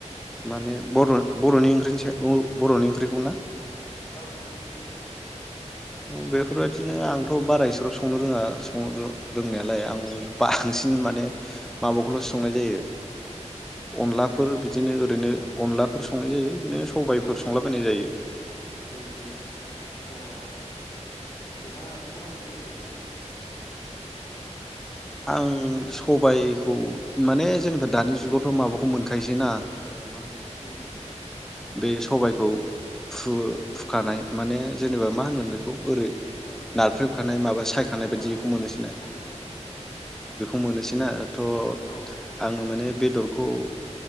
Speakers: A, in the centre; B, on the left.
A: माने
B: उम
A: बर बर'नि ओंख्रि बिनि सायाव अ ब बर'नि ओंख्रिखौ ना
B: औ बर'नि ओंख्रिखौ
A: बेफोरबायदिनो आंथ' बारा इसेग्राब संनो रोङा संनो रोंनायालाय आं बांसिन माने माबाखौल'सो संनाय जायो अनलाफोर
B: माखौ
A: बिदिनो ओरैनो अनलाफोर संनाय जायो बिदिनो सबाइफोर
B: अ
A: संलाबायनाय जायो
B: उम उम अ नोंथाङा सबाइखौ बोरै सङो?
A: आं सबायखौ माने जेनेबा दानि जुगावथ' माबाखौ मोनखायोसै ना? मा होनो
B: ओ
A: बे सबायखौ फु
B: उम
A: फुखानाय माने जेनेबा मा होनगोन बेखौ ओरै
B: ओं
A: नारख्रेबखानाय माबा सायखानाय
B: नाख्रेबखानाय
A: बादि बेखौ
B: उम
A: मोनोसै
B: उम उम
A: ना
B: सायखानायखौ उम
A: बेखौ मोनोसै ना थ'
B: औ
A: आङो माने बे बेदरखौ